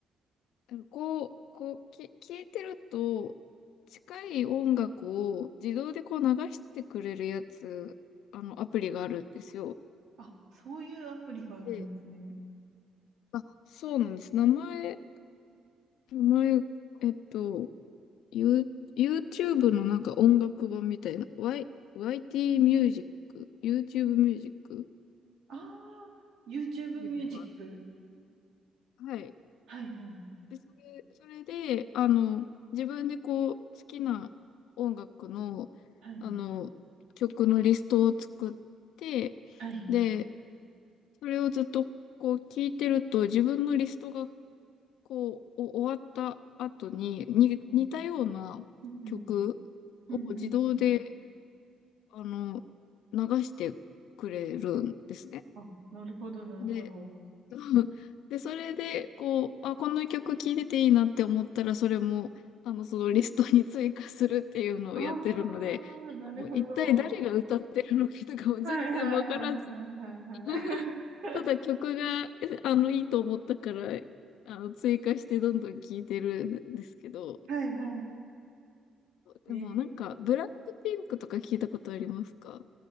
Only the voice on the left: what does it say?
の、こう、こう、き、聞いてると、近い音楽を自動でこう流してくれるやつ、あの、アプリがあるんですよ。
で、あ、そうなんです。名前、名前、えっと、You、YouTube のなんか音楽版みたいな、Y、YT ミュージック、YouTube ミュージック
っていうのが、
はい。
で、それ、それで、あの、自分でこう、好きな音楽の、
あの、曲のリストを作って、
で、それをずっとこう聞いてると、自分のリストがこう、お終わった後に、に、
似たような曲を自動で、
あの、流してくれるんですね。
でそうで、それで、こう、あ、この曲聴いてていいなって思ったら、それも、あの、そのリストに追加するっていうのをやってるので、
もう一体誰が歌ってるのかとかも全然わからず、
<laughs> ただ曲が、えあの、いいと思ったから、あの、追加してどんどん聴いてるんですけど、
でもなんか、
ブラックピンクとか聞いたことありますか